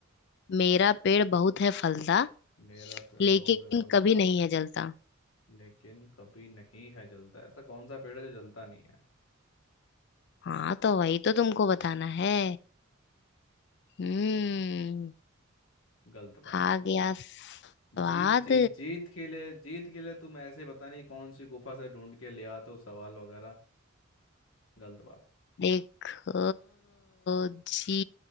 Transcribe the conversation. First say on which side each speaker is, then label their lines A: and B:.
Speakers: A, on the left; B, on the left.
A: मेरा पेड़ बहुत है फलता
B: मेरा पेड़
A: लेकिन
B: बहुत है फलता
A: कभी नहीं है जलता
B: लेकिन कभी नहीं है जलता ऐसा कौन सा पेड़ है जो जलता नहीं है
A: हाँ तो वही तो तुमको बताना है हम्म
B: गलत बात
A: आ गया स्वाद
B: जीत जीत जीत के लिए जीत के लिए तुम ऐसे पता नहीं कौन सी गुफा से ढूंढ के ले आते हो सवाल वगैरह गलत बात
A: देखो जी